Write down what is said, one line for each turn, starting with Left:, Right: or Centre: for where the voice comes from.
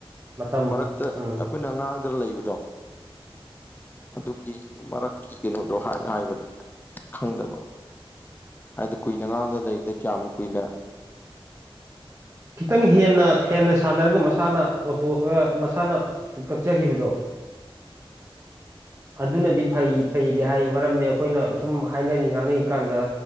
Right: ꯃꯇꯝ
Left: ꯃꯔꯛꯇ
Right: ꯎꯝ
Left: ꯑꯩꯈꯣꯏꯅ ꯉꯥꯡꯗꯅ ꯂꯩꯕꯗꯣ ꯑꯗꯨꯒꯤ ꯃꯔꯛꯀꯤ ꯀꯩꯅꯣꯗꯣ ꯍꯥꯏ ꯍꯥꯏꯕꯅꯦ ꯈꯪꯗꯕ ꯍꯥꯏꯗꯤ ꯀꯨꯏꯅ ꯉꯥꯡꯗꯅ ꯂꯩꯔꯤꯗ ꯀꯌꯥꯝ ꯀꯨꯏꯅ
Right: ꯈꯤꯇꯪ ꯍꯦꯟꯅ ꯍꯦꯟꯅ ꯁꯥꯟꯅꯔꯒ ꯃꯁꯥꯅ ꯑꯣꯇꯣ ꯃꯁꯥꯅ ꯀꯛꯆꯈꯤꯕꯗꯣ <inaudible> ꯑꯗꯨꯅꯗꯤ ꯐꯩ ꯐꯩꯗꯤ ꯍꯥꯏꯌꯦ ꯃꯔꯝꯗꯤ ꯑꯩꯈꯣꯏꯅ ꯑꯁꯨꯝ ꯍꯥꯏꯅꯔꯤ ꯉꯥꯡꯅꯔꯤꯀꯥꯟꯗ